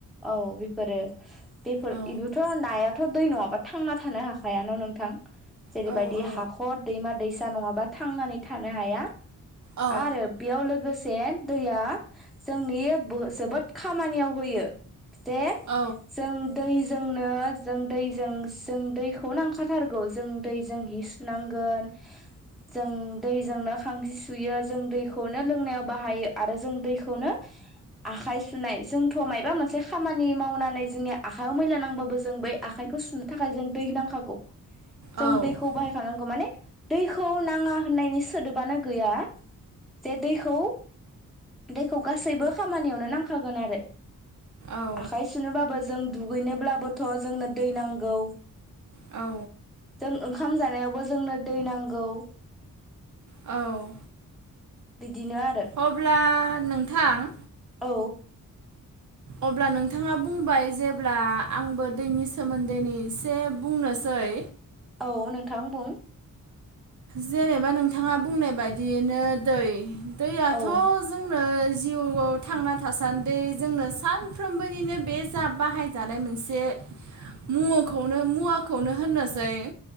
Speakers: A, in the centre; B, on the right.
A: औ बेफोरो बेफोर
B: औ
A: इबोथ' नाया थ' दै नङाबा थांना थानो हाखायानो नोंथां जेरैबायदि
B: औ औ
A: हाखर दैमा दैसा नङाबा थांनानै थानो हाया।
B: औ
A: आरो बेयाव लोगोसे से दैया जोंनि जोबोद खामानियाव होयो जे
B: औ
A: जों दै जोंनो जों दैजों जों दैखौ नांखाथारगौ जों दैजों जि सुनांगोन। जों दैजोंनो खांजि सुयो जों दैखौनो लोंनायाव बाहायो आरो जों दैखौनो आखाइ सुनाय जोंथ' मायबा मोनसे खामानि मावनानै जोंनि आखाइयाव मैला नांबाबो जों बै आखाइखौ सुनो थाखाय जों दै नांखागौ। जों
B: औ
A: दैखौ बाहायखानांगौ माने। दैखौ नांग नाङा होननायनि सोदोबानो गैया जे दैखौ दैखौ गासैबो खामानियावनो नांखागोन आरो
B: औ
A: आखाय सुनोबाबो जों दुगैनोब्लाबोथ' जोंनो दै नांगौ
B: औ
A: जों ओंखाम जानायावबो जोंनो दै नांगौ
B: औ
A: बिदिनो आरो
B: अब्ला नों थां
A: औ
B: अब्ला नोंथाङा बुंबाय जेब्ला आंबो दैनि सोमोन्दै नै एसे बुंनोसै
A: औ नोंथां बुं
B: जेनेबा नोंथाङा बुंनाय बायदियैनो दै दैयाथ'
A: औ
B: जोंनो जिउआव थांना थासान्दि जोंनो सानफ्रोमबोनिनो बे जा बाहायजानाय मोनसे मुवखौनो मुवाखौनो होननोसै